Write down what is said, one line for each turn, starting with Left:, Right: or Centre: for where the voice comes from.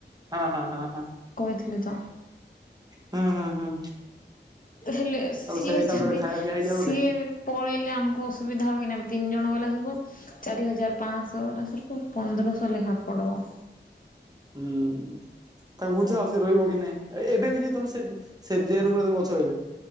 Right: ହଁ ହଁ ହଁ ହଁ
Left: କହିଥିଲି ତ।
Right: ହୁଁ ହୁଁ ହୁଁ।
Left: ତ ହେଲେ ସିଏ
Right: ତାହେଲେ ସେଇ ହିସାବରେ
Left: ଯଦି
Right: ଗୋଟେ ଖାଇବା ପିଇବା ହେଇଯାଉ
Left: ସିଏ
Right: ଗୋଟେ।
Left: ପଳେଇଲେ ଆମକୁ ଅସୁବିଧା ହବ କି ନମ? ତିନି ଜଣ ବଲା ସର୍ପ ଚାରି ହଜାର ପାଞ୍ଚଶହ ବଲା ସର୍ପ ପନ୍ଦରଶହ ଲେଖା ପଡ଼ବ। <inaudible>
Right: ହୁଁ। ତାକୁ ବୁଝା ସିଏ ରହିବ କି ନାଇଁ ଏବେ ବି ଯେ ତମେ ସେ ଯେ ରୁମରେ ତମେ ଅଛ ଏବେ।